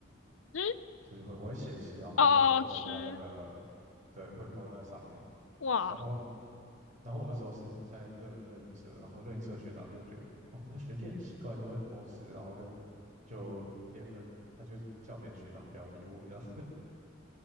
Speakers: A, on the left (about 75°); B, on the right (about 40°).
A: 嗯，
B: 就是会我会写诗，然后会
A: 哦，
B: po po
A: 吃，
B: 在那个对，会 po 在上面。
A: 哇，
B: 然后然后我那时候是在热热映社，然后热映社的学长就觉得哦，这个学弟很奇怪，都会 po 诗，然后就就联合他就叫别的学长不要理我这样。